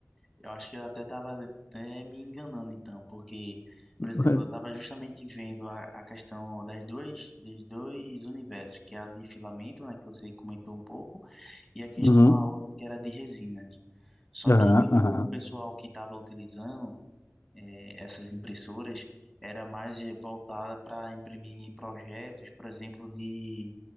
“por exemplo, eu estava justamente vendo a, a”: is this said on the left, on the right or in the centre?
Centre